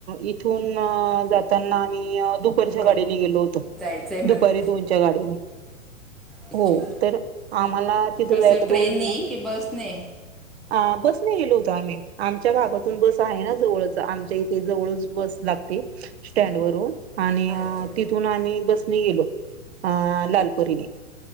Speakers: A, on the right; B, in the centre.
A: इथून जातना आम्ही दुप च्या
B: हो
A: गाडीने गेलो होतो,
B: जायचं आहे मला
A: दुपारी दोनच्या गाडीने.
B: अच्छा
A: हो. तर आम्हाला तिथं
B: कसं
A: जायला
B: ट्रेनने
A: दोन
B: की बसने
A: ह बस नाही गेलो होतो आम्ही. आमच्या भागातून बस आहे ना जवळच आमच्या इथे जवळच बस लागते स्टँडवररून आणि
B: अच्छा
A: तिथून आम्ही बसने गेलो अ लालपरीने.